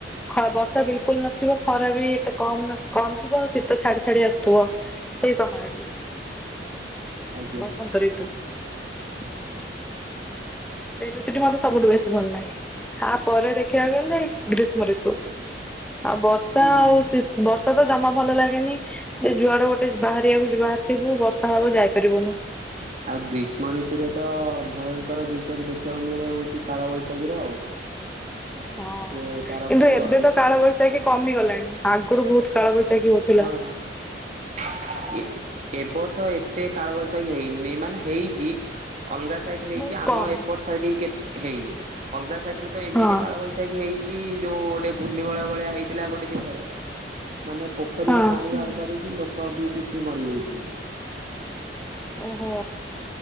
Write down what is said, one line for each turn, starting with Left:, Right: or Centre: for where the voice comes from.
Centre: ଖ ବର୍ଷା ବିଲକୁଲ୍ ନଥିବ ଖରା ବି ଏତେ କମ ନ କମ୍ ଥିବ ଶୀତ ଛାଡି ଛାଡି ଆସୁଥିବ। ସେଇ ସମୟଟି
Right: ଆଜ୍ଞା।
Centre: ବସନ୍ତ ଋତୁ।
Right: <inaudible>
Centre: ସେଇ ଋତୁ ଟି ମତେ ସବୁଠୁ ବେଶୀ ଭଲ ଲାଗେ। ତାପରେ ଦେଖିବାକୁ ଗଲେ ଗ୍ରୀଷ୍ମ ଋତୁ ଆ ବର୍ଷା
Right: ହୁଁ
Centre: ଆଉ ଶି ବର୍ଷ ସେତ ଜମା ଭଲ ଲାଗେନି ଯେ ଯୁଆଡେ ଗୋଟେ ବାହାରିଆକୁ ଯ ବାହାରିଥିବୁ ବର୍ଷା ହବ ଯାଇପାରିବୁନୁ।
Right: ଆଉ ଗ୍ରୀଷ୍ମ ଋତୁରେ ତ ଭୟଙ୍କର ଦୃଶ୍ୟ ବି ଦେଖିଆକୁ ମିଳେ ହଉଛି କାଳ ବୈଶାଖୀ ର ଆଉ।
Centre: ହଁ
Right: ସେ ତାର
Centre: କିନ୍ତୁ
Right: କ
Centre: ଏବେ ତ କାଳବୈଶାଖୀ କମିଗଲାଣି ଆଗରୁ ବହୁତ୍ କାଳବୈଶାଖୀ ହଉଥିଲା।
Right: ହଁ।
Centre: <inaudible>
Right: <unintelligible> ଏ ଏ ବର୍ଷ ଏତେ କାଳ ବୈଶାଖୀ ହେଇନି ମାନେ ହେଇଚି। ଅଲଗା ସାଇଟ୍ ରେ ହେଇଚ଼ି
Centre: ବହୁତ
Right: ଆମ
Centre: କମ୍।
Right: ଏପଟ ସାଇଡ କେ ହେଇନି ଅଲଗା ସାଇଡ୍ ରେ ତ ଏମିତି
Centre: ହଁ
Right: କାଳବୈଶା ହେଇଚ଼ି ଯୋଉ ଗୋଟେ ଘୂର୍ଣ୍ଣିବଳୟ ଭଳିଆ ହେଇଥିଲା ଗୋଟେ ଯେଗାରେ ମାନେ ପୋଖରୀରୁ
Centre: ହଁ।
Right: ପାଣି ବାହାର କରିକି ଲୋକ ବି କିଛି ମରି ଯାଇଥିଲେ।
Centre: ଓହୋ